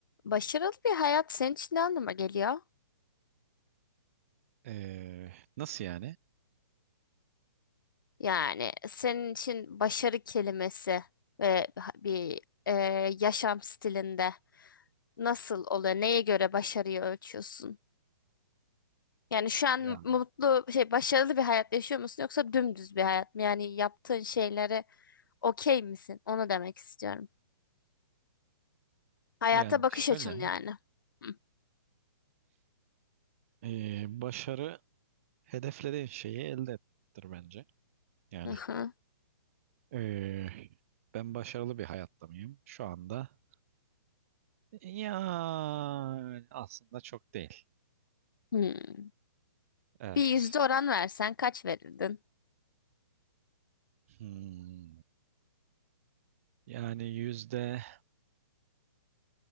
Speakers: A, on the left; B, on the right.
A: Başarılı bir hayat senin için ne anlama geliyor?
B: Ee, nasıl yani?
A: Yani senin için başarı kelimesi ve bir e, yaşam stilinde nasıl oluyor? Neye göre başarıyı ölçüyorsun? Yani şu an
B: Ya.
A: mutlu, şey başarılı bir hayat yaşıyor musun yoksa dümdüz bir hayat mı? Yani yaptığın şeylere okey misin? Onu demek istiyorum. Hayata
B: Yani
A: bakış
B: şöyle,
A: açın yani. Hı.
B: ee, başarı hedeflediğin şeyi elde etmektir bence. Yani
A: Aha.
B: ee, ben başarılı bir hayatta mıyım şu anda? Yani aslında çok değil.
A: Hmm.
B: Evet.
A: Bir yüzde oran versen kaç verirdin?
B: Hmm, yani yüzde